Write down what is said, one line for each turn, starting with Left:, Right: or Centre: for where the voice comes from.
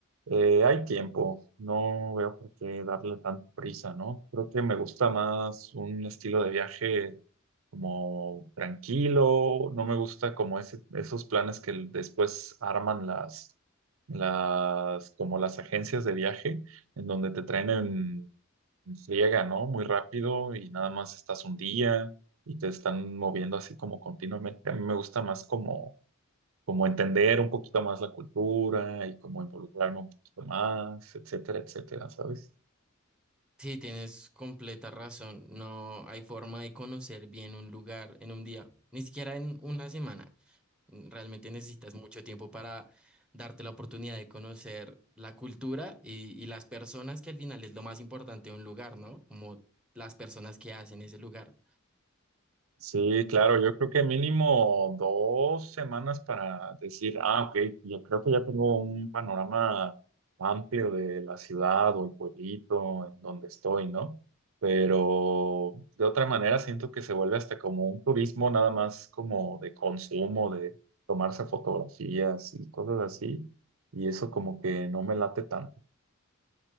Right: eh, hay tiempo, no veo por qué darle tanta prisa, ¿no? Creo que me gusta más un estilo de viaje como tranquilo, no me gusta como ese, esos planes que después arman las, las, como las agencias de viaje, en donde te traen en, en friega, ¿no? Muy rápido y nada más estás un día y te están moviendo así como continuamente. A mí me gusta más como, como entender un poquito más la cultura y como involucrarme un poquito más, etcétera, etcétera, ¿sabes?
Centre: Sí, tienes completa razón. No hay forma de conocer bien un lugar en un día, ni siquiera en una semana. mm, Realmente necesitas mucho tiempo para darte la oportunidad de conocer la cultura y, y las personas, que al final es lo más importante de un lugar, ¿no? Como las personas que hacen ese lugar.
Right: Sí, claro, yo creo que mínimo dos semanas para decir, ah, ok, yo creo que ya tengo un panorama amplio de la ciudad o el pueblito en donde estoy, ¿no? Pero de otra manera siento que se vuelve hasta como un turismo nada más como de consumo, de tomarse fotografías y cosas así, y eso como que no me late tanto.